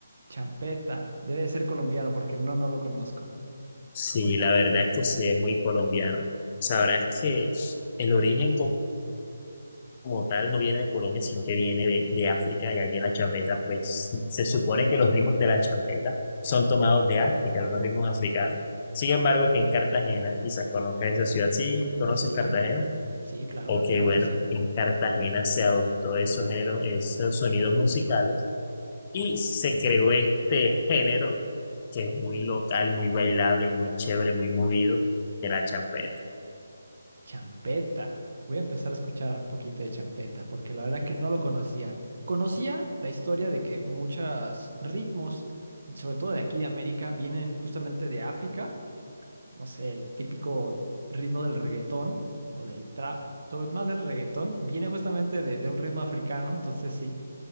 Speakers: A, on the right; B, on the left.
A: Champeta. Debe de ser colombiano porque no, no lo conozco.
B: Sí, la verdad es que sí, es muy colombiano. Sabrás que el origen como tal no viene de Colombia, sino que viene de, de África, y aquí en la champeta, pues se supone que los ritmos de la champeta son tomados de África, de unos ritmos africanos. Sin embargo, que en Cartagena, quizás conozcas esa ciudad, si conoces
A: Sí,
B: Cartagena?
A: sí, claro,
B: Ok,
A: claro
B: bueno,
A: que sí.
B: en Cartagena se adoptó esos géneros, esos sonidos musicales y se creó este género que es muy local, muy bailable, muy chévere, muy movido, de la champeta.
A: Champeta. Voy a empezar a escuchar un poquito de champeta porque la verdad que no lo conocía. Conocía la historia de que muchos ritmos, sobre todo de aquí de América, vienen justamente de África no sé, el típico ritmo del reggaetón o del trap, sobre todo más del reggaetón, viene justamente de, de un ritmo africano, entonces sí,